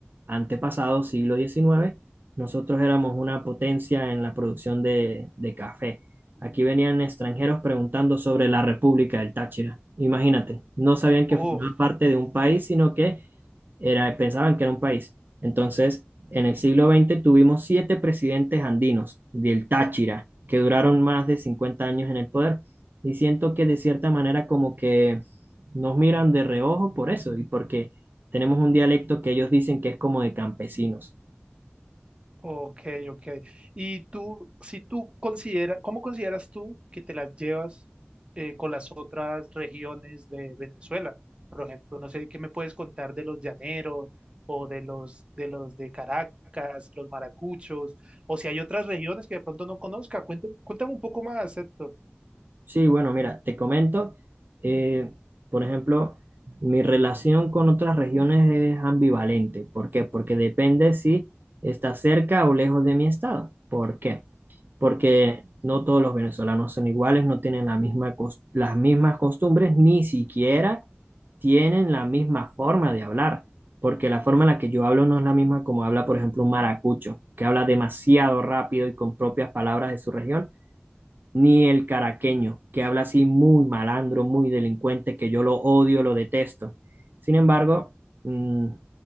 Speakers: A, on the right (about 50°); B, on the right (about 25°).
A: antepasado, siglo XIX, nosotros éramos una potencia en la producción de de café. Aquí venían extranjeros preguntando sobre la República del Táchira. Imagínate, no sabían que
B: Oh.
A: formaba parte de un país, sino que era, pensaban que era un país. Entonces, en el siglo XX tuvimos siete presidentes andinos del Táchira, que duraron más de 50 años en el poder. Y siento que de cierta manera como que nos miran de reojo por eso, y porque tenemos un dialecto que ellos dicen que es como de campesinos.
B: Ok, ok. Y tú, si tú consideras, ¿cómo consideras tú que te las llevas eh, con las otras regiones de Venezuela? Por ejemplo, no sé, ¿qué me puedes contar de los llaneros o de los de los de Caracas, los maracuchos, o si hay otras regiones que de pronto no conozca? Cuéntame, cuéntame un poco más, Héctor.
A: Sí, bueno, mira, te comento, eh, por ejemplo, mi relación con otras regiones es ambivalente. ¿Por qué? Porque depende si está cerca o lejos de mi estado. ¿Por qué? Porque no todos los venezolanos son iguales, no tienen la misma cos- las mismas costumbres, ni siquiera tienen la misma forma de hablar, porque la forma en la que yo hablo no es la misma como habla, por ejemplo, un maracucho, que habla demasiado rápido y con propias palabras de su región ni el caraqueño, que habla así muy malandro, muy delincuente, que yo lo odio, lo detesto. Sin embargo, mm,